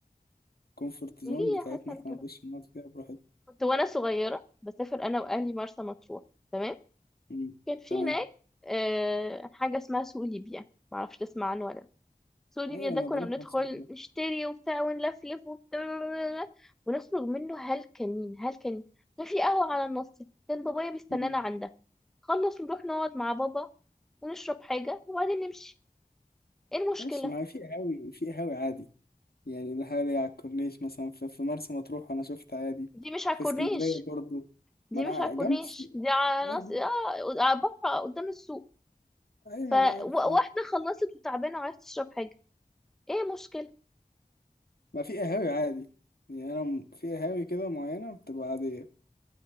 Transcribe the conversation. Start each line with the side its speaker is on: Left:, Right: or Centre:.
Left: كومفورت زون
Centre: ليه
Left: بتاعتنا
Centre: يا حسن
Left: احنا
Centre: كده
Left: نخش نقعد فيها براحتنا
Centre: كنت وانا صغيرة بسافر انا واهلي مرسى مطروح تمام
Left: مم.
Centre: كان في
Left: تمام
Centre: هناك آه، حاجة اسمها سوق ليبيا معرفش تسمع عنه ولا لأ. سوق ليبيا
Left: أيوة
Centre: ده
Left: أنا
Centre: كنا
Left: بروح
Centre: بندخل
Left: نفس كده
Centre: نشتري وبتاع ونلفلف وبتاع ونخرج منه هلكانين هلكانين كان في قهوة على النص كان بابايا بيستنانا
Left: مم.
Centre: عندها خلص نروح نقعد مع بابا ونشرب حاجة وبعدين نمشي ايه المشكلة
Left: ماشي ما هو في قهاوي في قهاوي عادي يعني القهاوي على الكورنيش مثلا في, في مرسى مطروح أنا شفت عادي
Centre: دي مش على
Left: في
Centre: الكورنيش
Left: اسكندرية برضو
Centre: دي
Left: ما أنا
Centre: مش
Left: ع-
Centre: على الكورنيش
Left: جنب السوق
Centre: دي على
Left: أيوة
Centre: نص
Left: جنب-
Centre: اه بقى قدام السوق
Left: أيوة ما
Centre: فواحدة
Left: أنا عارف
Centre: خلصت وتعبانة وعايزة تشرب حاجة ايه مشكلة
Left: ما في قهاوي عادي يعني انا م- في قهاوي كده معينه بتبقى عاديه